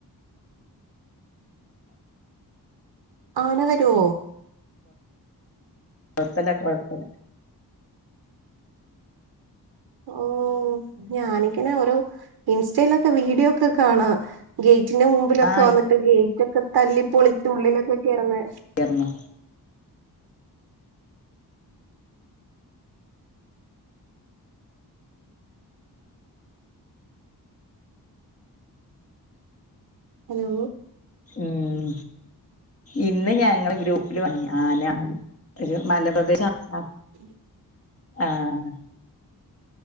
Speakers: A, on the right; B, on the left.
A: ആന വരോ?
B: കൊഴ്പ്പല്ല കൊഴപ്പല്ല.
A: ഊം. ഞാനിങ്ങനെ ഒരോ ഇൻസ്റ്റേലൊക്കെ വീഡിയോക്കെ കാണാം. ഗെയ്റ്റിന്റെ മുമ്പിലൊക്കെ
B: ആ
A: വന്ന്ട്ട് ഗെയ്റ്റൊക്കെ തല്ലിപ്പൊളിച്ചുള്ളിലൊക്കെ കേറ്ന്നേ.
B: എർണ്ണ
A: ഹലോ
B: ഊം ഇന്ന് ഞങ്ങള് ഗ്രൂപ്പില് വന്നീനി ആനാ ന്ന്. ഒരു മലപ്രദേശ <unintelligible> അ
A: <inaudible>
B: ആഹ്